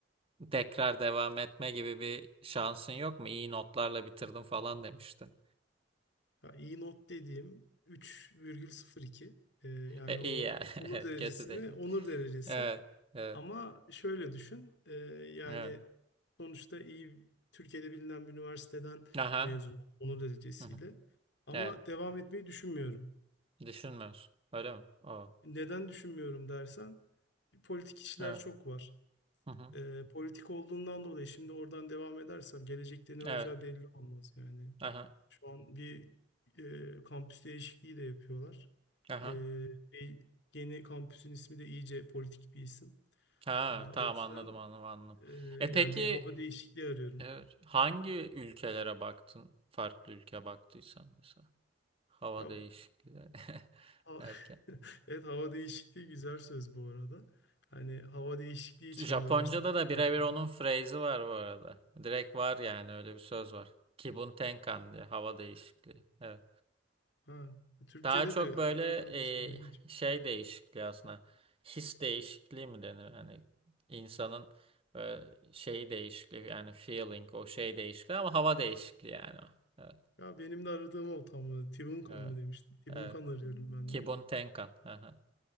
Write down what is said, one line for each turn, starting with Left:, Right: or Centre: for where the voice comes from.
Right: tekrar devam etme gibi bir şansın yok mu? İyi notlarla bitirdim falan demiştin.
Left: Ya iyi not dediğim 3,02. E, yani
Right: E, iyi
Left: o
Right: ya. <laughs>
Left: onur
Right: Evet,
Left: derecesi
Right: kötü değil.
Left: mi? Onur derecesi.
Right: Evet. Evet.
Left: Ama şöyle düşün, e, yani
Right: Evet.
Left: sonuçta iyi Türkiye'de bilinen bir üniversiteden
Right: Aha.
Left: mezun oldum, onur derecesiyle.
Right: Hı hı.
Left: Ama
Right: Evet.
Left: devam etmeyi düşünmüyorum.
Right: Düşünmüyorsun. Öyle mi? O.
Left: Neden düşünmüyorum dersen, politik işler
Right: Evet.
Left: çok var.
Right: Hı hı.
Left: E, politik olduğundan dolayı şimdi oradan devam edersem gelecekte ne olacağı
Right: Evet.
Left: belli olmaz yani.
Right: Aha.
Left: Şu an bir e, kampüs değişikliği de yapıyorlar.
Right: Aha.
Left: E, e, yeni kampüsün ismi de iyice politik bir isim.
Right: Ha,
Left: E, o
Right: tamam
Left: yüzden.
Right: anladım anladım anladım.
Left: Ee,
Right: E
Left: yani
Right: peki
Left: bir hava değişikliği arıyorum.
Right: evet, hangi ülkelere baktın? Farklı ülke baktıysan mesela. Hava
Left: Ya
Right: değişikliği <laughs>
Left: ha-
Right: derken.
Left: <laughs> evet hava değişikliği güzel söz bu arada. Hani hava değişikliği için
Right: Japonca'da
Left: üniversitelere
Right: da birebir
Left: baktım.
Right: onun phrase'i var bu arada. Direkt var yani öyle bir söz var. Kibun Tenkan diye hava değişikliği. Evet.
Left: Ha, Türkçe'de
Right: Daha çok
Left: de
Right: böyle
Left: kullanılan bir şey ilginç.
Right: e, şey değişikliği aslında. His değişikliği mi denir? Hani insanın e, şeyi değişikliği yani feeling o şey değişikliği ama hava değişikliği yani o. Evet.
Left: Ya benim de aradığım o tam olarak. Tibunkan
Right: Evet.
Left: mı demiştim. Tibunkan
Right: Evet.
Left: arıyorum ben
Right: Kibun
Left: de.
Right: Tenkan. Aha.